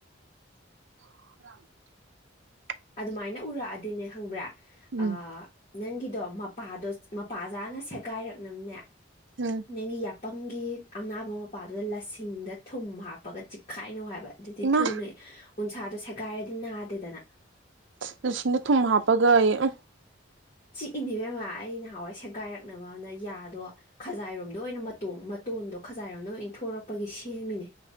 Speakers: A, on the right; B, on the left.
A: ꯑꯥꯡ <unintelligible>
B: ꯑꯗꯨꯃꯥꯏꯅ ꯎꯔꯛꯑꯗꯤꯅꯦ ꯈꯪꯕ꯭ꯔꯥ
A: ꯎꯝ
B: ꯑ ꯅꯪꯒꯤꯗꯣ ꯃꯄꯥꯗꯣ ꯃꯄꯥꯖꯥꯅ ꯁꯦꯒꯥꯏꯔꯛꯅꯕꯅꯦ
A: ꯎꯝ
B: ꯅꯪꯒꯤ ꯄꯪꯒꯤ ꯑꯅꯥꯕ ꯃꯄꯥꯗꯨꯗ ꯂꯁꯤꯡꯗ ꯊꯨꯝ ꯍꯥꯞꯄꯒ ꯈꯥꯏꯅꯧ ꯍꯥꯏꯕ ꯑꯗꯨꯗꯤ
A: ꯏꯃꯥ
B: ꯊꯨꯅꯩ ꯎꯟꯁꯥꯗꯣ ꯁꯦꯒꯥꯏꯔꯗꯤ ꯅꯥꯗꯦꯗꯅ
A: ꯂꯨꯁꯤꯡꯗ ꯊꯨꯝ ꯍꯥꯞꯄꯒ ꯑꯩ ꯑ
B: ꯆꯤꯛꯏꯅꯦꯕꯦꯝꯃ ꯑꯩ ꯅꯍꯥꯟꯋꯥꯏ ꯁꯦꯒꯥꯏꯔꯛꯅꯕ ꯑꯃꯅ ꯌꯥꯗꯣ ꯈꯖꯥꯏꯔꯣꯝꯗꯣ ꯑꯣꯏꯅ ꯃꯇꯣꯡ ꯃꯇꯇꯣꯟꯗꯣ ꯈꯖꯥꯏꯔꯣꯝꯅ ꯏꯟꯊꯣꯔꯛꯄꯒꯤ ꯁꯦꯝꯃꯤꯅꯦ